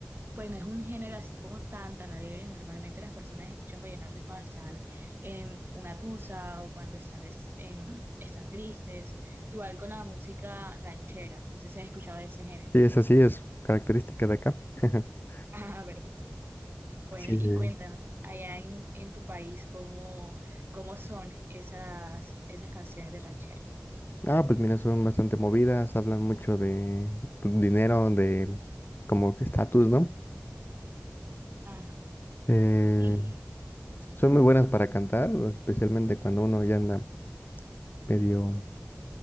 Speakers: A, on the right (about 55°); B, on the left (about 55°).
A: pues no es un género así como tan, tan alegre, normalmente las personas escuchan vallenato es cuando están en una tusa o cuando están, es- en, están tristes, igual con la música ranchera, no sé si has escuchado de ese género.
B: Sí, eso
A: <laughs>
B: sí es característica de acá. <laughs>
A: Ah, ¿verdad? Bueno,
B: Sí,
A: y
B: sí.
A: cuéntame, allá en, en tu país, ¿cómo, cómo son esas, esas canciones de ranchera?
B: Ah, pues mira, son bastante movidas, hablan mucho de pues, dinero, de como que estatus, ¿no?
A: Ajá.
B: Eh,
A: Y...
B: son muy buenas para cantar, especialmente cuando uno ya anda medio